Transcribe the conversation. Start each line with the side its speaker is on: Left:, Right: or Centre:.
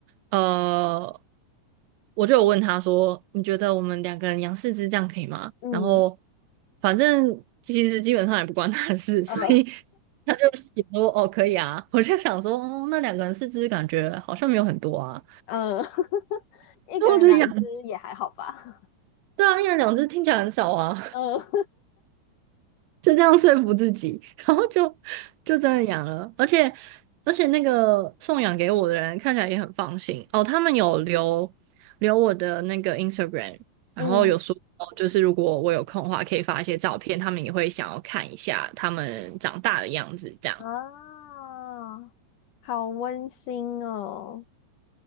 Right: 呃，我就有问他说，你觉得我们两个人养四只这样可以吗？
Left: 嗯，
Right: 然后反正其实基本上也不关他的事，
Left: 呃
Right: 所以他就也说哦可以啊。我就想说，哦，那两个人四只感觉好像没有很多啊，
Left: 呃，<laughs> 一个人两只也还好吧？
Right: 然后我就养，对啊，一人两只听起来很少啊。
Left: <laughs> 呃
Right: 就这样说服自己，<laughs> 然后就就真的养了，而且而且那个送养给我的人看起来也很放心哦，他们有留留我的那个 Instagram，然后有说哦就是如果我有空的话，
Left: <laughs>，嗯
Right: 可以发一些照片，他们也会想要看一下他们长大的样子，这样。
Left: 啊，好温馨哦。